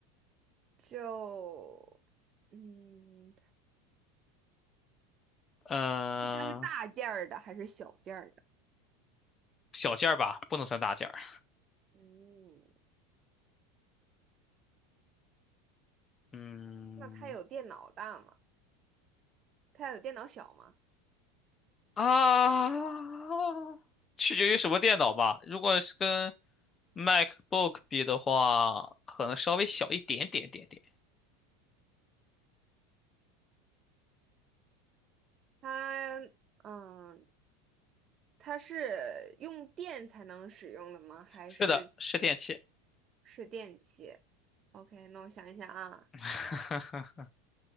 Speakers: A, on the right (about 35°); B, on the left (about 25°).
A: 就嗯，
B: 呃，
A: 它是大件儿的还是小件儿的？
B: 小件儿吧，不能算大件儿。
A: 嗯，
B: 嗯。
A: 那它有电脑大吗？它有电脑小吗？
B: 啊，取决于什么电脑吧。如果是跟 MacBook 比的话，可能稍微小一点点点点。
A: 它嗯，它是用电才能使用的吗？还是
B: 是的，是电器。
A: 是电器？OK，那我想一想啊，
B: <laughs>